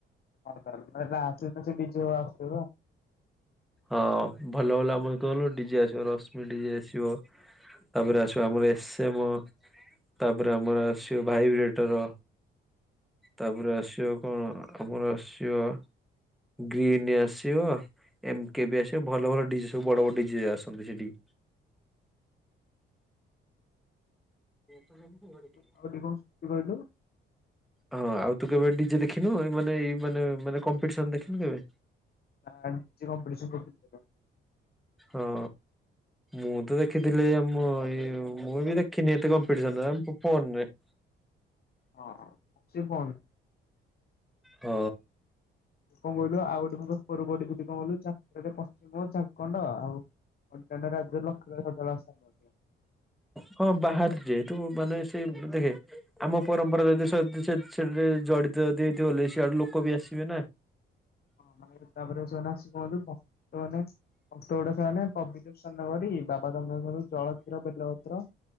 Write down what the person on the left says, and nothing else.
ହଁ ତାଲେ ତାହେଲେ ଆସିଲେ ସେ ବିଜୟ ଆସଥିବ।
ଆଉ ଟିକେ କଣ ସେମିତି କହିଲୁ
ଆଁ ନିଜେ କମ୍ପିଟଟିନ୍ କଦି
ଅହୋ ସାଏ କନ୍
କଁ କହିଲୁ ଆଉ ଗୋଟେ ମୁଁ ପେପର୍ ରୁ ପଢ଼ିଥିଲି କଁ କହିଲୁ ଚାରଟାରେ ପଶ୍ଚିମ ଚାରକଣ୍ଡ ଆଉ ଅଣ୍ଟେଲେ ରାଜ୍ୟ ଲକ୍ଷ୍ମୀ ବାଇ ସଜଡ଼ା ସରନଥିବ।
ହଁ ମାନେ ତାପରେ ସେମାନେ ଆସି କୁହନ୍ତି ଭକ୍ତମାନେ ଅଣ୍ଟଉଡ଼ା ସେମାନେ ପବିତ୍ର ସାନ କରି ବାବା ଚନ୍ଦ୍ରଧନୁ ଜଳ କ୍ଷୀର ବେଲପତ୍ର